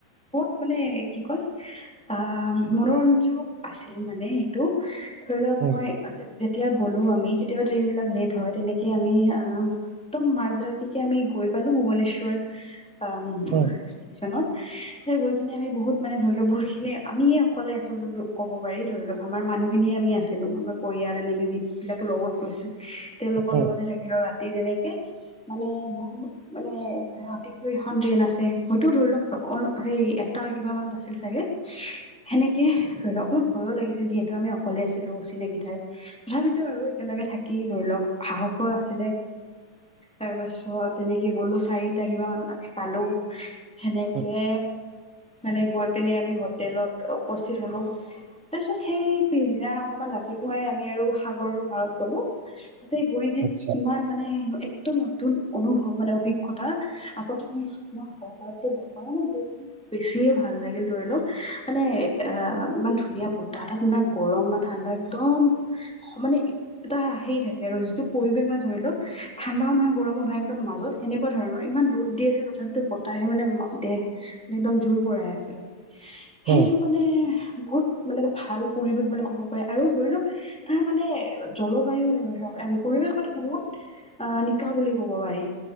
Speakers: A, in the centre; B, on the right.
A: বহুত মানে, কি কয়? আ', মনোৰঞ্জক আছিল মানে সেইটো, ধৰি লওক
B: উম,
A: মই যে যেতিয়া গ'লো আমি, কেতিয়াবা ট্ৰেইন বিলাক লেট হয়, তেনেকেই আমি আহ তো মাজ ৰাতিকে আমি গৈ পালো ভূৱনেশ্বৰ, আম
B: উম'
A: ষ্টেচনত গৈ পিনে আমি বহুত মানে ধৰি লও বহুতখিনি, আমিয়ে অকলে আছোঁ লুলো ক'ব পাৰি ধৰি লক আমাৰ মানুহখিনিয়ে আমি আছিলোঁ, আমাৰ পৰিয়াল এনেকে যিবিলাক লগত গৈছিল, তেওঁলোকৰ
B: উম,
A: লগতে থাক কিলো ৰাতি তেনেকে, মানে বহুত মানে ধৰ ৰাতি এখন ট্ৰেইন আছে, হয়তো ধৰি লওক অ, হেৰি এটা কিবা মানত আছিল চাগে সেনেকে ধৰি লওক, অকমান ভয়ো লাগিছিল যিহেতু আমি অকলে আছিলো, অচিনাকি ঠাই তথাপিতো আৰু একেলগে থাকি ধৰি লওক সাহসো আছিলে তাৰ পাছত এনেকে গ'লো, চাৰিটা কিবা মানত আমি পালো সেনেকে
B: উম,
A: মানে গৈ পিনে আমি হোটেলত উপস্থিত হ'লোঁ। তাৰপিছত সেই, পিছদিনা অকণমান ৰাতি পুৱাই আমি আৰু সাগৰৰ পাৰত গ'লো, তাতে গৈ যে
B: আচ্ছা,
A: কিমান মানে একদম নতুন অনুভৱ মানে অভিজ্ঞতা, আগতে আমি মই সাগৰ পাৰতটো <unintelligible> বেছিয়ে ভাল লাগিল ধৰি লওক, মানে আ ইমান ধুনীয়া বতাহ, তাত না গৰম না ঠাণ্ডা একদম, সমানে এটা হেই থাকে আৰু যিটো পৰিৱেশ মানে ধৰি লওক, ঠাণ্ডাও নহয়, গৰমো নহয়, একদম মাজত সেনেকুৱা ধৰণৰ, ইমান ৰ'দ দি আছিল তথাপিতো বতাহে মানে ম দেহ মানে একদম জোৰ পৰাই আছিলে সেইটো
B: উম।
A: কাৰনে বহুত মানে এটা ভাল পৰিৱেশ বুলি ক'ব পাৰে আৰু ধৰি লওক, তাৰ মানে জলবায়ু এন পৰিৱেশ মানে বহুত অ' নিকা বুলি ক'ব পাৰি,